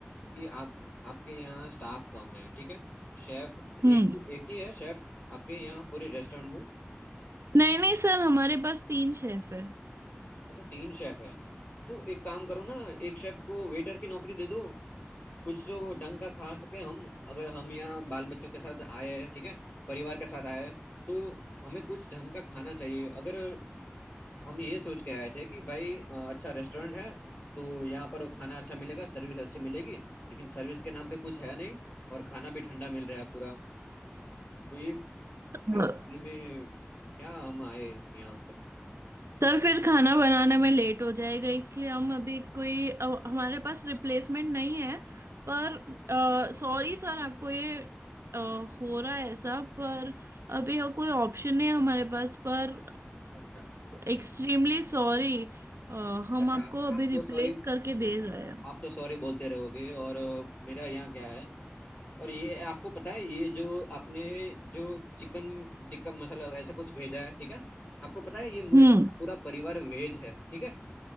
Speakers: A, on the left; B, on the right.
A: कि आप आपके यहाँ स्टाफ कम है ठीक है शेफ एक
B: हम्म
A: एक ही है शेफ आपके यहाँ पूरे रेस्टोरेंट में
B: नहीं नहीं सर हमारे पास तीन शेफ
A: अच्छा तीन शेफ है तो एक काम करो ना एक शेफ को वेटर की नौकरी दे दो कुछ तो ढंग का खा सके हम अगर हम यहाँ बाल बच्चों के साथ आए हैं ठीक है परिवार के साथ आए हैं तो हमें कुछ ढंग का खाना चाहिए अगर हम ये सोच के आए थे कि भाई अ, अच्छा रेस्टोरेंट है तो यहाँ पर खाना अच्छा मिलेगा सर्विस अच्छी मिलेगी लेकिन सर्विस के नाम पे कुछ है नहीं और खाना भी ठंडा मिल रहा है पूरा तो ये क्या
B: है
A: मतलब में क्या हम आए यहाँ पर
B: सर फिर खाना बनाने में लेट हो जाएगा इसलिए हम अभी कोई अ, हमारे पास रिप्लेसमेंट नहीं है पर सॉरी सर आपको ये अ, हो रहा है ऐसा पर अभी यहाँ कोई ऑप्शन नहीं है हमारे पास पर
A: अच्छा
B: एक्सट्रीमली सॉरी हम
A: अच्छा
B: आपको
A: आप
B: अभी
A: आप तो
B: रिप्लेस
A: सॉरी
B: करके दे रहे हैं
A: आप तो सॉरी बोलते रहोगे और अ, मेरा यहाँ क्या है और ये आपको पता है ये जो आपने जो चिकन टिक्का मसाला ऐसा कुछ भेजा है ठीक है आपको पता है ये मु-
B: हम्म
A: पूरा परिवार वेज है ठीक है